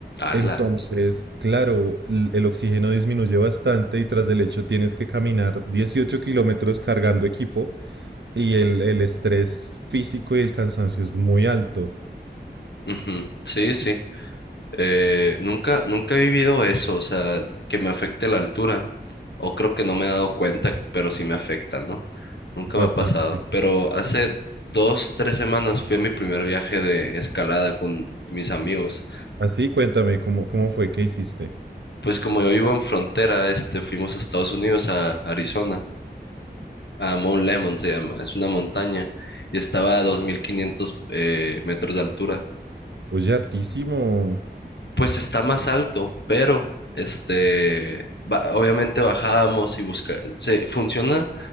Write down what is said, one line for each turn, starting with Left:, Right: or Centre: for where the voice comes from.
Left: a
Right: Entonces,
Left: la,
Right: claro, l- el oxígeno disminuye bastante y tras el hecho tienes que caminar 18 kilómetros cargando equipo y el, el estrés físico y el cansancio es muy alto,
Left: ujú, Sí, sí, Eh, nunca, nunca he vivido eso, o sea, que me afecte la altura, o creo que no me he dado cuenta, pero sí me afecta, ¿no? Nunca
Right: bastante.
Left: me ha pasado, pero hace dos, tres semanas fui a mi primer viaje de escalada con mis amigos.
Right: Así, cuéntame, ¿cómo, cómo fue que hiciste?
Left: Pues como yo vivo en frontera, este, fuimos a Estados Unidos, a Arizona, a Mount Lemon se llama, es una montaña, y estaba a 2.500 eh, metros de altura.
Right: Oye, hartísimo.
Left: Pues está más alto, pero este, ba- obviamente bajábamos y busca, se funciona.